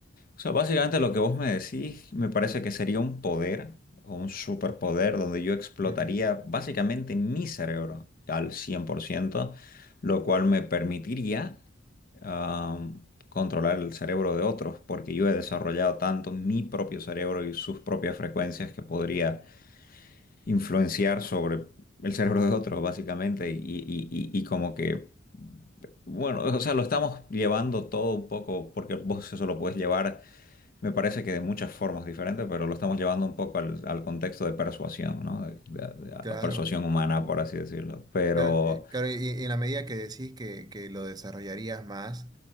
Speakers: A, on the left; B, on the right.
A: o sea, básicamente lo que vos me decís, me parece que sería un poder o un superpoder donde yo explotaría
B: Ujú,
A: básicamente mi cerebro al 100%, lo cual me permitiría am, controlar el cerebro de otros, porque yo he desarrollado tanto mi propio cerebro y sus propias frecuencias que podría influenciar sobre el cerebro de otros, básicamente, y, y- y- y como que, bueno, o sea, lo estamos llevando todo un poco, porque vos eso lo puedes llevar, me parece que de muchas formas diferentes, pero lo estamos llevando un poco al, al contexto de persuasión, ¿no? De, de- de- a
B: Claro.
A: persuasión humana, por así decirlo. Pero,
B: Claro, eh, claro, y, y en la medida que decís que, que lo desarrollarías más,